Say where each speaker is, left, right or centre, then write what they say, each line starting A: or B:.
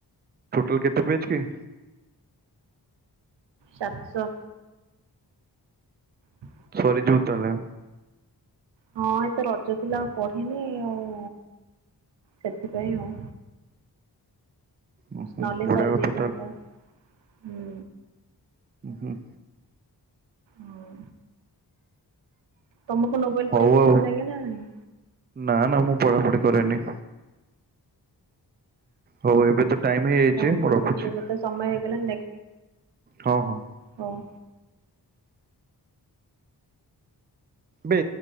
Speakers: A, on the right (about 25°); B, on the right (about 80°).
A: ଟୋଟାଲ କେତେ ପେଜ କି?
B: ସାତଶ। ହଁ
A: ସରିଯିବ ତାହାଲେ।
B: ହଁ ଏତ ରଜ ଥିଲା ଆଉ ପଢିନି ଆଉ ସେଥିପାଇଁ ଆଉ।
A: ଉଁ ହୁଁ
B: ନହଲେ
A: ବଢିଆ
B: ସରିଯାଇଥାନ୍ତା
A: କଥା
B: ହୁଁ।
A: ଉଁହୁଁ।
B: ହୋଉ ତମକୁ ନୋବେଲ
A: ହଉ
B: ପଢିବାକୁ
A: ଆଉ
B: ଭଲ ଲାଗେ ନା ନାହିଁ?
A: ନା ନା ମୁଁ ପଢାପଢି କରେନି। ହୋଉ ଏବେ ତ ଟାଇମ ହେଇଯାଇଚି
B: ହଉ ଠିକ
A: ମୁଁ ରଖୁଛି
B: ଅଛି ଏବେ ତ ସମୟ ହେଇଗଲା
A: ହଁ ହଁ।
B: ହୋଉ।
A: ବେ